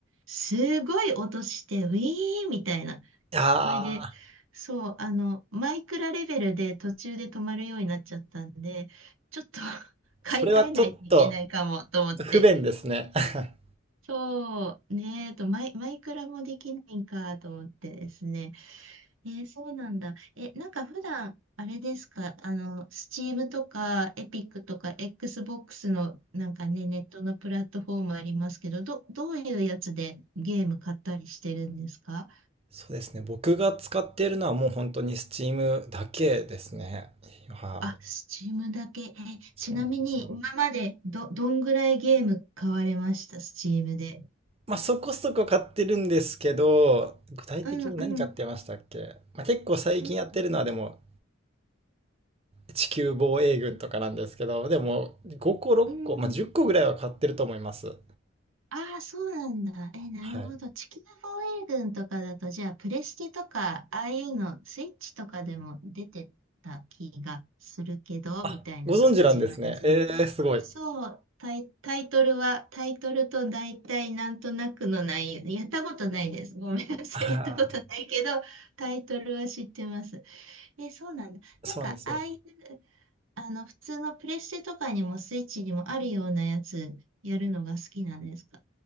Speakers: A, on the right; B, on the right.
A: すごい音して、ウィーンみたいな。
B: ああ、
A: それで、そう、あの、マイクラレベルで途中で止まるようになっちゃったんで、ちょっと <laughs> 買い替えないといけないかもと思って。
B: それはちょっと不便ですね。<laughs>
A: そう、ねえと、マイ、マイクラもできないんかと思ってですね。えー、そうなんだ。え、なんか普段、あれですか、あの、Steam とか、エピックとか、Xbox の、なんかね、ネットのプラットフォームありますけど、ど、どういうやつでゲーム買ったりしてるんですか
B: そうですね。僕が使っているのはもう本当に Steam だけですね。はい。
A: あ、Steam だけ。え、
B: そうなんですよ。
A: ちなみに、今までど、どんぐらいゲーム買われました ?Steam で。
B: まあそこそこ買ってるんですけど、具体的に何買ってましたっけまあ結構最近やってるのはでも
A: うん、うん、うん、
B: 地球防衛軍とかなんですけど、でも5個6個、
A: うん。
B: まあ10個ぐらいは買ってると思います。
A: ああ、そうなんだ。え、なるほど。
B: はい。
A: 地球防衛軍とかだと、じゃあ、プレステとか、ああいうの、スイッチとかでも出てた気がするけど、
B: あ、
A: みたいな感じのやつ。
B: ご存知なんですね。えー、すごい。
A: そう、タイ、タイトルは、タイトルと大体なんとなくの内容、やったことないです。ごめんなさい。
B: あ
A: やったことないけど、タイトルは知ってます。え、そうなんだ。
B: あ、
A: なんか、
B: そうなんですよ。
A: ああいう、あの、普通のプレステとかにもスイッチにもあるようなやつ、やるのが好きなんですか